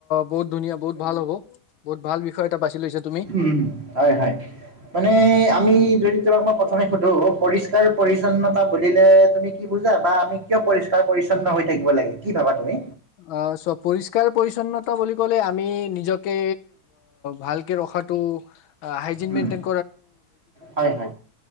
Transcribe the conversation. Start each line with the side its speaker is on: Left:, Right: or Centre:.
Left: বহুত ধুনীয়া বহুত ভাল হব বহুত ভাল। লৈছা তুমি
Right: উ, হয়, হয়, মানে আমি যদি তোমাক মই প্ৰথমে সুধো পৰিষ্কাৰ পৰিচ্ছন্নতা বুলিলে তুমি কি বুজা বা আমি কিয় পৰিষ্কা পৰিচ্ছন্ন হৈ থাকিব লাগে কি ভাবা তুমি?
Left: অ' চ পৰিষ্কাৰ পৰিচ্ছন্নতা বুলি ক'লে আমি নিজকে ভালকে ৰখা খটো হাইজিন
Right: উম
Left: মেইনটেইন
Right: হয় হয়